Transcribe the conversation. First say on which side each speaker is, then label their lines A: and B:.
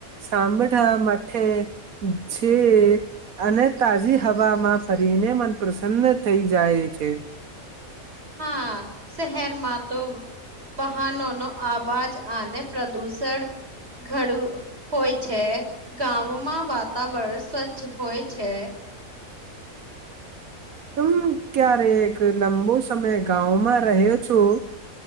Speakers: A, on the right (about 75°); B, on the right (about 45°).
A: સાંભળા મથે જે અને તાજી હવામાં ફરીને મન પ્રસન્ન થઈ જાય છે.
B: હા શહેરમાં તો વાહનો નો અવાજ અને પ્રદૂષણ ઘડુ હોય છે ગામમાં વાતાવરણ સ્વચ્છ હોય છે.
A: તું ક્યારે એક લંબો સમય ગામાં રહ્યો છો.